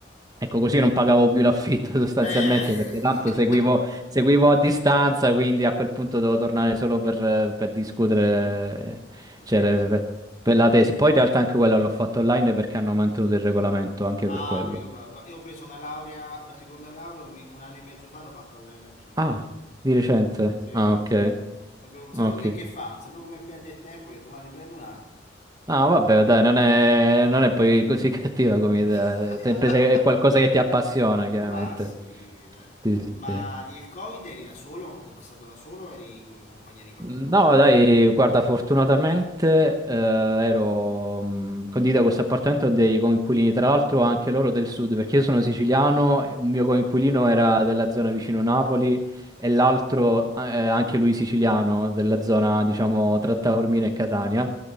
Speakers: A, on the right; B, on the left.
A: Ecco, così non pagavo più l'affitto <laughs> sostanzialmente
B: Eh.
A: perché tanto
B: <laughs>
A: seguivo, seguivo a distanza, quindi a quel punto dovevo tornare solo per, per discutere, eh,
B: Una
A: cioè,
B: tesi.
A: le- per, per la tesi. Poi in realtà anche quella l'ho fatta online perché hanno mantenuto il regolamento anche
B: Ah,
A: per quello.
B: quello qua. guarda, Io ho preso una laurea, una seconda laurea un, me- un anno e mezzo fa, l'ho fatta online anch'io,
A: Ah,
B: quindi...
A: di recente.
B: Sì,
A: Ah,
B: sì,
A: ok,
B: sì. Sapevo, non sapevo
A: ok.
B: che, che fa, non sapevo come perdere tempo, ho detto, va, ne prendo un'altra.
A: Ah, vabbè, dai, non è, non è poi così <laughs> cattiva come
B: <laughs>
A: idea. È sempre se è qualcosa che ti appassiona, chiaramente.
B: Ma sì, cioè.
A: Sì, sì,
B: Ma
A: sì.
B: il Covid eri da solo? L'hai passato da solo o eri co- in compagnia di qualcuno?
A: No, dai, guarda, fortunatamente eh, ero mh, condivido questo appartamento dei coinquilini, tra l'altro anche loro del sud, perché io sono siciliano, e un mio coinquilino era della zona vicino Napoli e l'altro eh, anche lui siciliano, della zona, diciamo, tra Taormina e Catania.